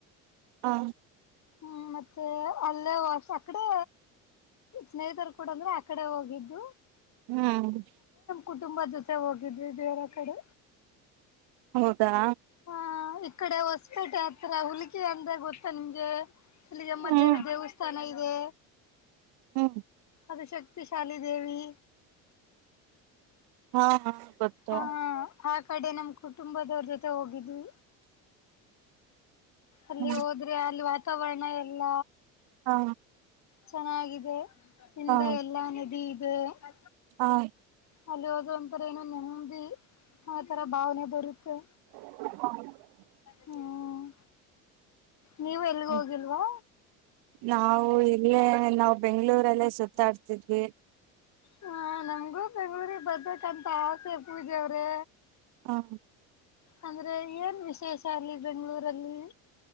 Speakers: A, on the right; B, on the left.
A: ಹಾ
B: ಹ್ಮ್ ಮತ್ತೆ ಅಲ್ಲೇ ಅಕಡೆ ಸ್ನೇಹಿತರು ಕೂಡ ಅಂದ್ರೆ ಆಕಡೆ ಹೋಗಿದ್ದು
A: ಹೂ
B: ಕುಟುಂಬ ಜೊತೆ ಹೋಗಿದ್ವಿ ಬೇರೆ ಕಡೆ
A: ಹೌದಾ
B: ಹ ಈ ಕಡೆ ಹೊಸ್ಪೇಟೆ ಹತ್ರ ಹುಲ್ಕೆ ಅಂದ್ರ ಗೊತ್ತಾ ನಿಮ್ಗೆ ಇಲ್ಲಿ ಹುಲಿಗಮ್ಮ
A: ಹ್ಮ್
B: ದೇವಿ ದೇವಸ್ಥಾನ ಇದೆ
A: ಹ್ಮ್
B: ಅದು ಶಕ್ತಿ ವಿಶಾಲಿ ದೇವಿ.
A: ಹಾ ಹಾ ಗೊತ್ತು
B: ಹಾ ಆ ಕಡೆ ನಮ ಕುಟುಂಬದವ್ರ ಜೊತೆ ಹೋಗಿದ್ವಿ. ಅಲ್ಲಿ
A: ಹ್ಮ್
B: ಹೋದ್ರೆ ಅಲ್ಲಿ ವಾತಾವರಣ ಎಲ್ಲ.
A: ಹಾ
B: ಚೆನ್ನಾಗಿದೆ ಹಿಂದೆ
A: ಹಾ
B: ಎಲ್ಲಾ ನದಿ ಇದೆ. <inaudible>
A: ಹಾ
B: ಅಲ್ಲಿ ಹದ ಒಂತರ ಏನೋ ನೆಮ್ಮದಿ ಆ ತರ ಭಾವನೆ ಬರುತ್ತೆ.
A: <inaudible>
B: ಹ್ಮ್ ನೀವು
A: <inaudible>
B: ಎಲ್ಗ
A: ಹ
B: ಹೋಗಿಲ್ವಾ
A: ನಾವು ಇಲ್ಲಿಯೆ. <unintelligible> ನಾವ್ ಬೆಂಗ್ಗಳೂರಲ್ಲೇ ಸುತ್ತಾಡ್ತಿದ್ವಿ.
B: ಹ ನಮಗೂ ಬೆಂಗಳೂರಿಗೆ ಬರ್ಬೇಕಂತ ಆಸೆ ಪೂಜೆ ಅವ್ರೆ.
A: ಹಾ
B: ಅಂದ್ರೆ ಏನ್ ವಿಶೇಷ ಅಲ್ಲಿ ಬೆಂಗ್ಗಳೂರಲ್ಲಿ.